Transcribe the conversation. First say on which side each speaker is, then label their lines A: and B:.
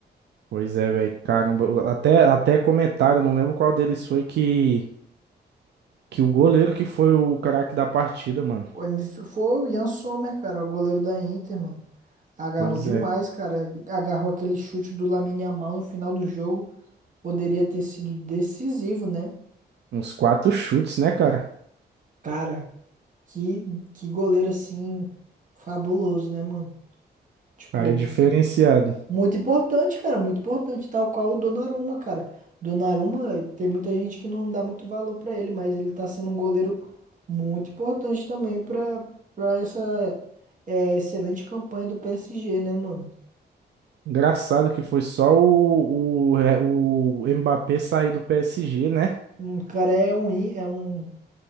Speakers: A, on the right; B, on the right.
A: Pois é, velho, caramba. Até, até comentaram, não lembro qual deles foi que, que o goleiro que foi o craque da partida, mano.
B: O MV Foi o Jan Sommer, cara, o goleiro da Inter, mano. Agarrou
A: Pois
B: demais,
A: é,
B: cara. Agarrou aquele chute do Lamine Yamal no final do jogo. Poderia ter sido decisivo, né?
A: uns quatro chutes, né, cara?
B: Cara, que, que goleiro assim, fabuloso, né, mano? Tipo,
A: Cara, é diferenciado.
B: Muito importante, cara, muito importante, tal qual o Donnarumma, cara. Donnarumma, tem muita gente que não dá muito valor pra ele, mas ele tá sendo um goleiro muito importante também pra para essa é, excelente campanha do PSG, né, mano?
A: Engraçado que foi só o, o, é, o Mbappé sair do PSG, né?
B: Um cara é um í- é um